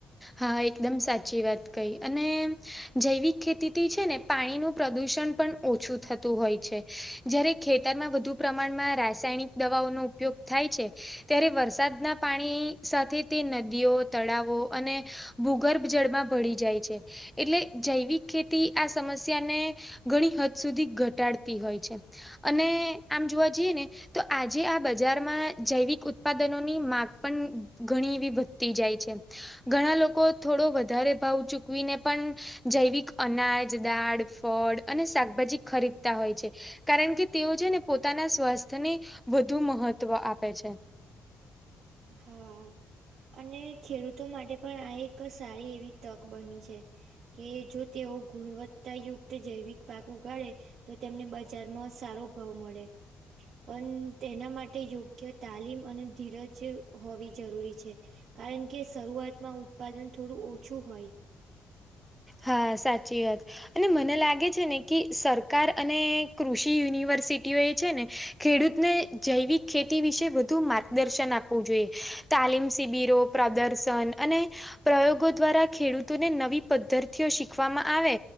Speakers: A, in the centre; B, on the right.
A: હા એકદમ સાચી વાત કઈ અને જૈવિક ખેતીથી છે ને પાણીનું પ્રદુષણ પણ ઓછું થતું હોય છે. જયારે ખેતરમાં વધુ પ્રમાણમાં રાસાયણિક દવાઓનો ઉપયોગ થાય છે ત્યારે વરસાદના પાણી સાથે તે નદીઓ તળાવો અને ભૂગર્ભ જળમાં ભળી જાય છે. એટલે જૈવિક ખેતી આ સમસ્યાને ઘણી હદ સુધી ઘટાડતી હોય છે. અને આમ જોવા જઈએ ને તો આજે આ બજારમાં જૈવિક ઉત્પાદનોની માંગ પણ ઘણી એવી વધ તી જાય છે ઘણા લોકો થોડો વધારે ભાવ ચૂકવીને પણ જૈવિક અનાજ દાળ ફળ અને શાકભાજી ખરીદતા હોય છે. કારણ કે તેઓ છે ને પોતાના સ્વાસ્થ્યને વધુ મહત્વ આપે છે.
B: હા. અને ખેડૂતો માટે પણ આ એક સારી એવી તક બની છે. કે જો તેઓ ગુણવત્તાયુક્ત જૈવિક પાક ઉગાડે તો તેમને બજારમાં સારો ભાવ મળે પણ તેના માટે યોગ્ય તાલીમ અને ધીરજ જે હોવી જરૂરી છે કારણ કે શરૂઆતમાં ઉત્પાદન થોડું ઓછું હોય.
A: હા સાચી વાત. અને મને લાગે છે ને કે સરકાર અને કૃષિ યુનિવર્સિટીઓ એ છે ને ખેડૂતને જૈવિક ખેતી વિશે વધુ માર્ગદર્શન આપવું જોઈએ. તાલીમ શિબિરો પ્રદર્શન અને પ્રયોગો દ્વારા ખેડૂતોને નવી પદ્ધારતિઓ શીખવામાં આવે